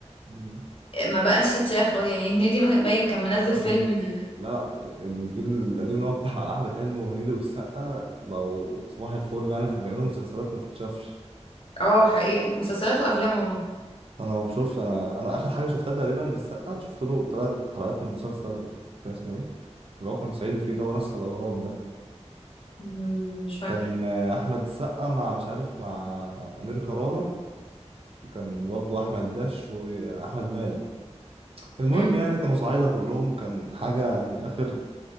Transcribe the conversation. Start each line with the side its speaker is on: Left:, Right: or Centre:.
Right: مم.
Left: ما بقاش يتشاف خالص يعني هنيدي مثلا باين كان منزل
Right: يا لهوي
Left: فيلم
Right: لا لا الجيل القديم اللي هو بتاع احمد حلمي وهنيدي والسقا بقوا صباح الفل يعني بيعملوا مسلسلات ما تتشافش
Left: اه حقيقة مسلسلات وافلام والله
Right: انا ما بشوفش انا انا اخر حاجه شفتها تقريبا للسقا شفت له ثلاث حلقات من مسلسل كان اسمه ايه اللي هو كان صعيدي فيه ده ونفس الاغراض ده
Left: مم، مش فاكرة
Right: كان آه، احمد السقا مع مش عارف مع امير كرارة وكان برضه احمد داش واحمد مالك المهم
Left: مم.
Right: يعني كانوا صعايدة كلهم كان حاجة يعني اخر